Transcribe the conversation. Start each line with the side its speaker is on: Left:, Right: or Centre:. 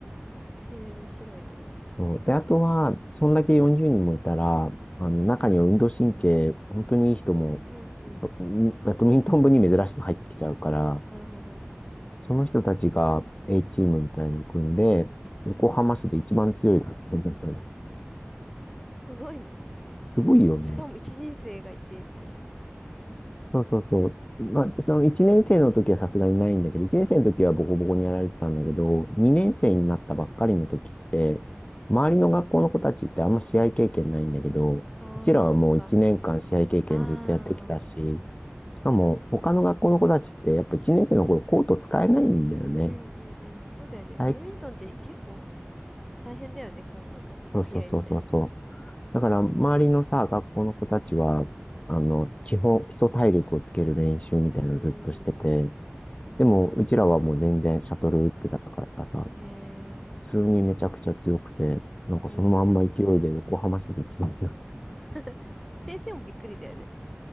Centre: えー、面白いね。
Left: そう。で、あとは、そんだけ40人もいたら、あの、中には運動神経、本当にいい人も、
Centre: うんうん。
Left: バ、バドミントン部に珍しく入ってきちゃうから、
Centre: なるほど。
Left: その人たちが A チームみたいのを組んで、横浜市で一番強い学校になったの。
Centre: すごいね。
Left: すごいよね。
Centre: しかも一年生がいて、みたいな。
Left: そうそうそう。まあ、その1年生の時はさすがにないんだけど、1年生の時はボコボコにやられてたんだけど、2年生になったばっかりの時って、周りの学校の子たちってあんま試合経験ないんだけど、
Centre: ああ、
Left: うちらはもう1年間試合経験ずっとやってきたし、
Centre: そっか。ああ。
Left: しかも他の学校の子たちってやっぱ1年生の頃コート使えないんだよね。
Centre: うんうんうん。そうだよね。バドミントンって結構す
Left: はい。
Centre: 大変だよね。コートの奪い合いみたいな。
Left: そうそうそうそうそう。
Centre: う
Left: だから周りのさ、学校の子たちは、あの、基本、基礎体力をつける練習みたいなのをずっとしてて、
Centre: ーん。
Left: でも、うちらはもう全然シャトル打ってたからさ、
Centre: へえ。
Left: 普通にめちゃくちゃ強くて、なんかそのまんま勢いで横浜市で一番になって
Centre: へえ。<laughs> 先生もびっくりだよね。